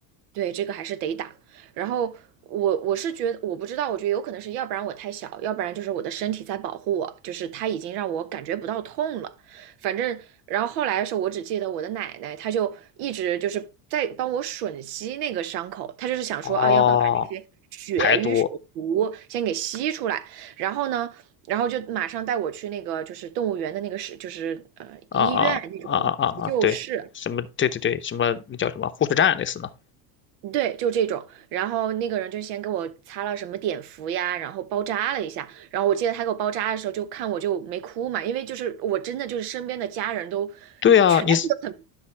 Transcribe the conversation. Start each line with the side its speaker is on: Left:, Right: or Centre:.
Right: 对，这个还是得打。然后我我是觉得，我不知道，我觉得有可能是要不然我太小，要不然就是我的身体在保护我，就是它已经让我感觉不到痛了。反正，然后后来的时候，我只记得我的奶奶，她就一直就是在帮我吮吸那个伤口，她就是想说啊，
Left: 哦，
Right: 要不要把那些血瘀血毒先给吸出来。
Left: 排毒
Right: 然后呢，然后就马上带我去那个就是动物园的那个是就是呃医院那种急救室，
Left: 啊啊啊啊啊啊！对，什么？对对对，什么那叫什么护士站类似的？
Right: 对，就这种。然后那个人就先给我擦了什么碘伏呀，然后包扎了一下。然后我记得他给我包扎的时候，就看我就没哭嘛，因为就是我真的就是身边的家人都
Left: 对啊，
Right: 全部都很，
Left: 你